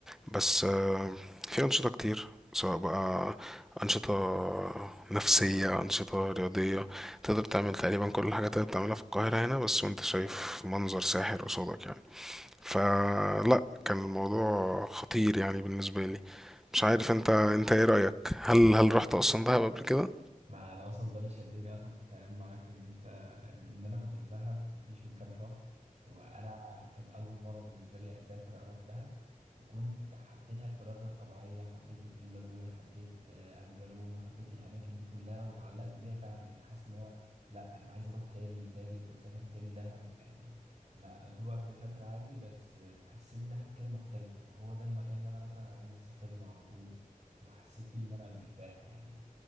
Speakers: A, in the centre; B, on the right.
A: بس آه، في أنشطة كتير سواء بقى أنشطة نفسية أنشطة رياضية تقدر تعمل تقريبا كل الحاجات اللي بتعملها في القاهرة هنا بس وانت شايف منظر ساحر قصادك يعني فلا كان الموضوع خطير يعني بالنسبة لي مش عارف انت انت ايه رأيك هل هل رحت اصلا دهب قبل كده
B: مع انا اصلا ده اللي شدني اصلا في الكلام معاك ان انت ان, ان انا كنت في دهب مفيش من كام شهر وانا كان اول مره بالنسبه لي اسافر اروح دهب وكنت حبيتها بطريقه غير طبيعيه حبيت البلو لاجون حبيت آه، ابو جالوم وحبيت الاماكن دي كلها وتعلقت بيها فعلا يعني حاسس ان هو لا انا عايز اروح تاني وتالت واسافر تاني دهب يعني انا انا طول الوقت بسافر عادي بس آه، حسيت دهب كده مختلفه وهو ده المكان اللي انا مثلا عايز اسافر له على طول وحسيت فيه ان انا مرتاح يعني